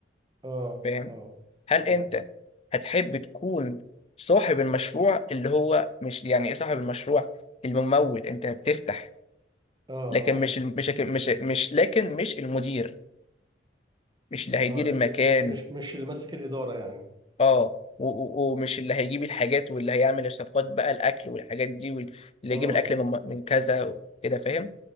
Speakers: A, on the right (about 25°); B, on the left (about 35°).
A: اه
B: فاهم
A: اه
B: هل
A: اه
B: انت هتحب تكون صاحب المشروع اللي هو مش يعني ايه صاحب المشروع الممول انت بتفتح
A: اه
B: لكن
A: اه
B: مش الم- مش مش مش لكن مش المدير مش اللي هيدير
A: اه
B: المكان
A: آه، آه، م- مش مش اللي ماسك الإدارة يعني
B: اه و- و- ومش اللي هيجيب الحاجات واللي هيعمل الصفقات بقى الاكل والحاجات دي واللي يجيب
A: اه
B: الاكل من من كذا وكده فاهم